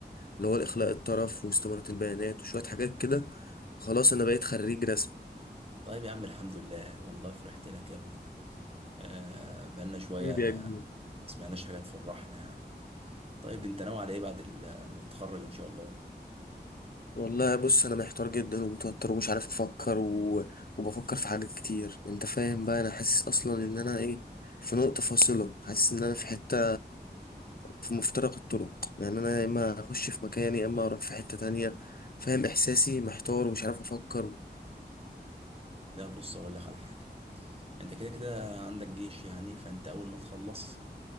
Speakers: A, on the left; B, on the right.
A: اللي هو الاخلاء الطرف واستمارة البيانات وشويه حاجات كده خلاص انا بقيت خريج رسمي
B: طيب يا عم الحمد لله والله فرحت لك يا ابني آه بقالنا شويه
A: حبيبي يا كبير
B: ما سمعناش حاجه تفرحنا يعني طيب انت ناوي على ايه بعد ال- ما تتخرج ان شاء الله
A: والله بص انا محتار جدا ومتوتر ومش عارف افكر و... وبفكر في حاجات كتير انت فاهم بقى انا حاسس اصلا
B: مم.
A: ان انا ايه في نقطة فاصلة حاسس ان انا في حتة في مفترق الطرق يعني انا يا اما اخش في مكاني يا اما اروح في حتة تانية فاهم احساسي محتار ومش عارف افكر
B: لا بص اقول لك على حاجه انت كده كده عندك جيش يعني فانت اول ما تخلص